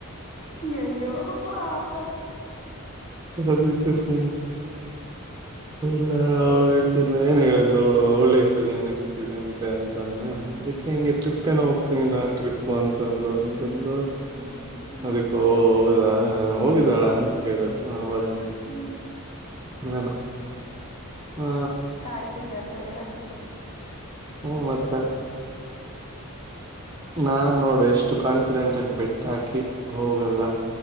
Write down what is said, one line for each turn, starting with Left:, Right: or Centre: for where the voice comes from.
Left: ಅಯ್ಯೋ ಪಾಫ
Right: ಅದದಕ್ಕೆ ಸ ಇಲ್ಲ ಅವ್ಳು ಹೇಳ್ತಿದ್ಲು ಏನ ಹೇಳಿದ್ಲು ಅವಳು ಅವಳ ಲೈಫ ಅಲ್ಲಿ ಎನ್ ಆತಿದೆ ಅಂತೆ ಅಂತಂದೆ ಅದಕ್ಕೆ ಹಿಂಗೆ ಟ್ರಿಪ್
Left: ಹ್ಮ್
Right: ಏನೋ ಹೋಗ್ತೀನಿ ನಾ ಟ್ರಿಪ್ ಅಂತಂದ್ಲು ಅಂತಂದ
Left: ಹ್ಮ್ ಹ್ಮ್
Right: ಅದಕ್ಕೋ ಹೌದಾ ಹೋಗಿದ್ದಾಳಾ ಅಂತ ಕೇಳುದ ಅವಾಗ
Left: ಹ್ಮ್
Right: ನ ಹ
Left: ಕಾಯ್ತಿದ್ದಲ್ವಾ ಹೇಳಕ್ಕೆೆ
Right: ಹ್ಮ ಮತ್ತೆ ನಾನ್ ನೋಡು ಎಷ್ಟು ಕಾನ್ಫಿಡೆಂಟ್ ಆಗ ಬಿಟ್ಟ ಹಾಕಿ ಹೋಗಲ್ಲ